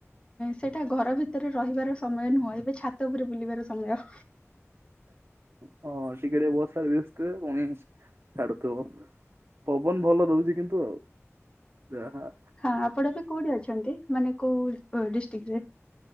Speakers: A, on the left (about 20°); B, on the right (about 50°).
A: ସେଟା ଘର ଭିତରେ ରହିବାର ସମୟ ନୁହଁ ଏବେ ଛାତ ଉପରେ ବୁଲିବାର ସମୟ।
B: ହଁ ଟିକେଟ ବଷାର ବିସ୍ତୁ କଣି ଛାଡୁଥିବା। ପବନ ଭଲ ଦଉଛି କିନ୍ତୁ ଯାହା।
A: ହଁ ଆପଣ ବି କୋଉଠି ଅଛନ୍ତି ମାନେ କୋଉ ଡିଷ୍ଟ୍ରିକ ରେ?